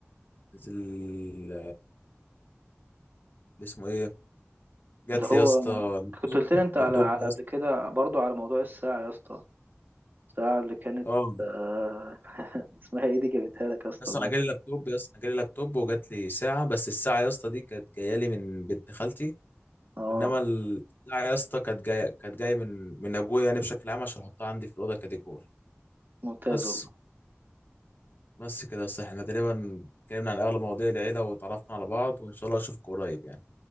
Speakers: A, on the left (about 50°); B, on the right (about 45°).
A: ال- اللي اسمه ايه جات
B: اللي هو
A: لي يا اسطى
B: كنت
A: لابتوب
B: قلت لي أنت
A: لابتوب
B: على على
A: يا
B: قبل
A: اسطى
B: كده برضو على موضوع الساعة يا اسطى الساعة اللي كانت
A: اه
B: آه، <laughs> اسمها إيه دي جابتها لك يا اسطى
A: يا اسطى
B: بجد
A: انا جالي لابتوب يا اسطى أنا جالي لابتوب وجات لي ساعه بس الساعه يا اسطى دي كانت جايه لي من بنت خالتي
B: اه
A: انما الساعه يا اسطى كانت جايه كانت جايه من من ابويا يعني بشكل عام عشان احطها عندي في الاوضه كديكور
B: ممتاز
A: بس
B: والله
A: بس كده يا اسطى احنا تقريبا اتكلمنا عن اغلب مواضيع العيله وتعرفنا على بعض وان شاء الله اشوفك قريب يعني